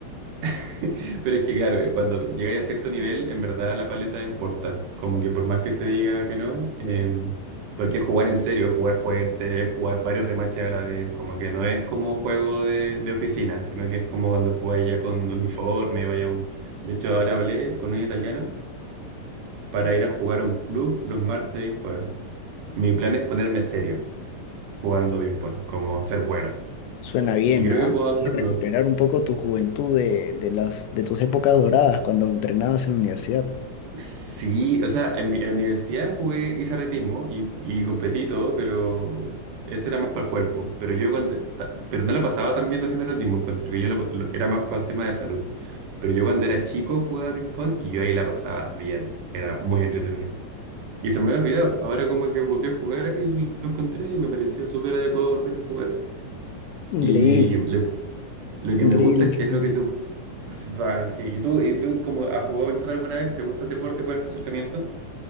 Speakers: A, on the right (about 85°); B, on the left (about 85°).
A: <laughs> Pero es que claro, eh, cuando llegáis a cierto nivel, en verdad la paleta importa. Como que por más que se diga que no, eh, porque es jugar en serio, es jugar fuerte, es jugar varios remaches a la vez. Como que no es como juego de, de oficina, sino que es como cuando jugáis ya con uniforme, vaya un... De hecho, ahora hablé con un italiano para ir a jugar a un club los martes y jueves. Mi plan es ponerme serio jugando ping-pong, como ser bueno.
B: Suena bien,
A: Y creo
B: ¿ah?
A: que puedo hacerlo.
B: Hay que recuperar un poco tu juventud de, de las, de tus épocas doradas cuando entrenabas en la universidad.
A: Sí, o sea, en mi en la universidad jugué, hice atletismo y, y competí y todo, pero eso era más para el cuerpo. Pero yo cuando, ta- pero no la pasaba tan bien haciendo atletismo, encuentro que yo lo- lo- era más para el tema de salud. Pero yo cuando era chico jugaba ping-pong y yo ahí la pasaba bien, era muy entretenido. Y se me había olvidado, ahora como que volví a jugar y lo encontré y me pareció súper adecuado volver a jugar.
B: Increíble,
A: Y lo, lo que
B: increíble,
A: me gusta
B: increíble.
A: es que es lo que tú... Bueno, sí, y tú, y tú como has jugado ping-pong alguna vez, ¿te gusta el deporte? ¿Cuál es tu acercamiento?